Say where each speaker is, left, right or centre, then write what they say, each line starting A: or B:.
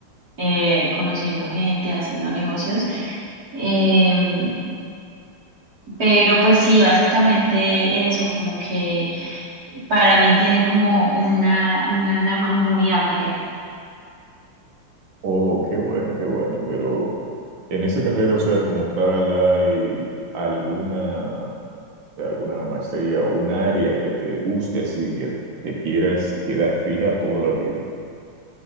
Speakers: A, on the right; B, on the right.
A: eh, conociendo gente, haciendo negocios. Em, pero pues sí, básicamente eso, como que para mí tiene como una, una gama muy amplia.
B: Oh, qué bueno, qué bueno, pero en esa carrera, o sea, como tal, ¿hay alguna de alguna maestría o un área que te guste, así que te quieras quedar fija toda la vida.